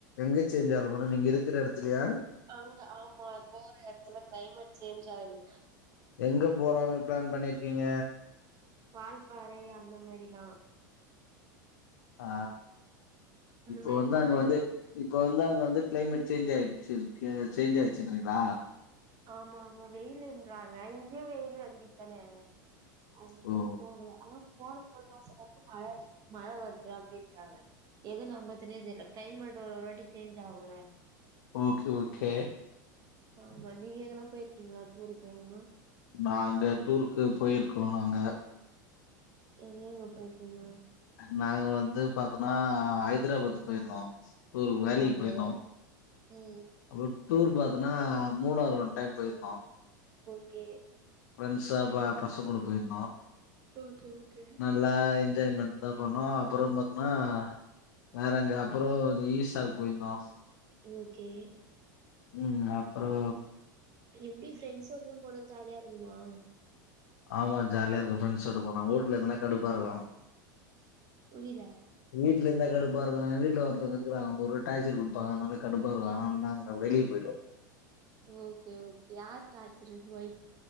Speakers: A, on the left; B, on the right.
A: எங்க சேஞ்ச் ஆவுல மொற நீங்க இருக்கிற எடத்துலையா
B: அங்க ஆம்மா போற எடதுல கிளைமேட் சேஞ்ச் ஆய்ரு
A: எங்க போலானு பிளான் பண்ணிருகீங்க
B: வால்பாறை அந்த மாரிலாம்
A: ஆ இப்போ
B: மாரி
A: வந்து
B: போலான்னு
A: அங்க வந்து
B: இருந்தோ
A: இப்ப வந்து அங்க வந்து கிளைமேட் சேஞ்சி ஆய்டுச்சு இருக்கு சேஞ்ச் ஆயிச்சிட்ருக்கா
B: ஆமா ஆமா வெயிலு ண்றாங்க இங் இங்கியு வெயில் அடிக்குதானே அது இன்னோ
A: ஓ
B: போகல அனா போன ஒம்போது மாசத்துல ருந்து மழ வரு மழ வரு அது அப்பிடின்றாங்க எது நம்பறதுனே தெரில கிளைமேட் ஒருவாட்டி சேஞ்ச் ஆகுன்ல
A: பொமுக்கி ஓகே
B: ஆமா நீங்க எங்கனா போயிருகீங்ளா டூர்க்கு எங்கனா
A: நாங்க டூருக்கு போயிருக்கோ நாங்க
B: எங்கங்க போயிருகீங்க
A: நாங்க வந்து பாதோனா ஆ ஹைதராபாத் போயிருந்தோ <inaudible> ரு வேலையிக்கு
B: ஓகே
A: போயிருந்தோ
B: ம்
A: அப்ப டூர் பாத்துனா மூணாறு ஒன் டைம் போயிருந்தோ
B: கே
A: பிரண்ஸ்ஸ ப பசங்க கூட போயிர்ந்தோ
B: ஓகே ஓகே
A: நல்லா என்ஜாய்மெண்ட் தா பண்ணோ அப்றோ பாத்தோனா வேற எங்க அப்றோ ஈஸ்ட் சாகு போயிருந்தோ
B: ஓகே
A: ம் அப்றோ
B: எப்டி பிரெண்ட்ஸ்ஸோடதா போனங்க ஜாலியா இருக்குமா
A: ஆமா ஜாலியா இருக்கு ப்ரெண்ஸ்ஸோட போனா ஊட்ல இருந்தா கடுப்பா இருக்கு
B: புரில
A: வீட்ல இருந்தா கடுப்பா இருக்கு வீட் <unintelligible> ப்ர ஒரே டார்சர் குடுப்பாங்க ஓரே கடுப் ப்ப ஒரு அரமணி நேரத்ல வெளிய போய்டுவே
B: ஓகே ஓகே யார் டார்ச்சர் இப்பைக்கு